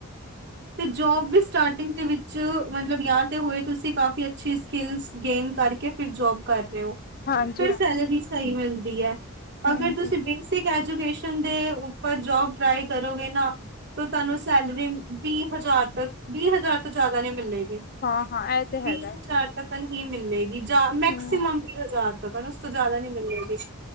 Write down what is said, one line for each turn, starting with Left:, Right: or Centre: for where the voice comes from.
Right: ਤੇ ਜੋਬ ਵੀ ਸਟਾਰਟਿੰਗ ਦੇ ਵਿੱਚ ਮਤਲਬ ਜਾਂ ਤੇ ਹੋਏ ਤੁਸੀਂ ਕਾਫੀ ਅੱਛੀ ਸਕਿੱਲਸ ਗੇਨ ਕਰਕੇ ਫਿਰ ਜੋਬ ਕਰ ਰਹੇ ਹੋ
Left: ਹਾਂਜੀ
Right: ਫਿਰ
Left: ਹਾਂ
Right: ਸੈਲਰੀ ਸਹੀ ਮਿਲਦੀ ਹੈ
Left: ਹਮ
Right: ਅਗਰ ਤੁਸੀਂ
Left: ਹਮ
Right: ਬੇਸਿਕ ਐਜੂਕੇਸ਼ਨ ਦੇ ਉੱਪਰ ਜੋਬ ਟਰਾਈ ਕਰੋਗੇ ਨਾ ਤੁਹਾਨੂੰ ਸੈਲਰੀ ਵੀ ਹਜ਼ਾਰ ਤੱਕ ਵੀਹ ਹਜ਼ਾਰ ਤੋਂ ਜ਼ਿਆਦਾ ਨਹੀਂ ਮਿਲੇਗੀ
Left: ਹਾਂ ਹਾਂ ਇਹ ਤੇ
Right: ਵੀਹ
Left: ਹੈਗਾ
Right: ਹਜ਼ਾਰ ਤੱਕ ਹੀ ਮਿਲੇਗੀ, ਮੈਕਸੀਮਮ
Left: ਹਮ
Right: ਵੀਹ ਹਜ਼ਾਰ ਤੱਕਣ ਉਸ ਤੋਂ ਜ਼ਿਆਦਾ ਨਹੀਂ ਮਿਲੇਗੀ